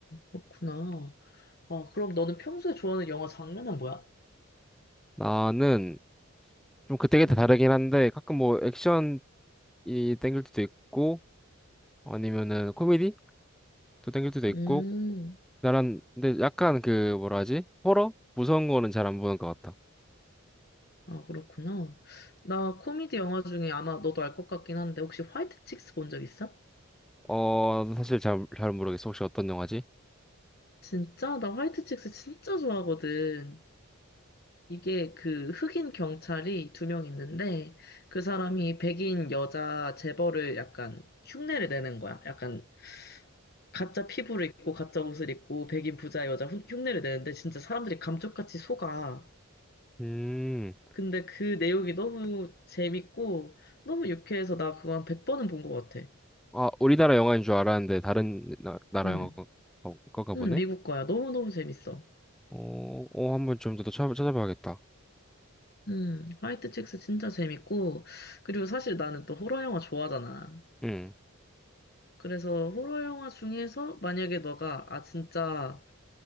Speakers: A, on the left; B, in the centre.
A: 그렇구나. 아, 그럼 너는 평소에 좋아하는 영화 장르는 뭐야?
B: 나는 좀 그때그때
A: 음,
B: 다르긴 한데 가끔 뭐 액션이 땡길 때도 있고 아니면은 코미디? 또 땡길 때도 있고
A: 음,
B: 나란 근데 약간 그 뭐라 하지? 호러? 무서운 거는 잘 안 보는 것 같아.
A: 아, 그렇구나. 나 코미디 영화 중에 아마 너도 알 것 같긴 한데 혹시 화이트 칙스 본 적 있어?
B: 어 사실 잘, 잘 모르겠어. 혹시 어떤 영화지?
A: 진짜? 나 화이트 칙스 진짜 좋아하거든. 이게 그 흑인 경찰이 두 명 있는데 그 사람이 백인 여자 재벌을 약간 흉내를 내는 거야. 약간 가짜 피부를 입고 가짜 옷을 입고 백인 부자 여자 흉- 흉내를 내는데 진짜 사람들이 감쪽같이 속아.
B: 음.
A: 근데 그 내용이 너무 재밌고 너무 유쾌해서 나 그거 한 100번은 본 것 같아.
B: 아 우리나라 영화인 줄 알았는데 다른 나, 나라
A: 응,
B: 영화 거, 거, 거가 보네?
A: 응, 미국 거야. 너무너무 재밌어.
B: 어, 어 한 번 좀 더 찾아, 찾아봐야겠다.
A: 음, 화이트 칙스 진짜 재밌고, 그리고 사실 나는 또 호러 영화 좋아하잖아.
B: 응.
A: 그래서 호러 영화 중에서 만약에 너가 아 진짜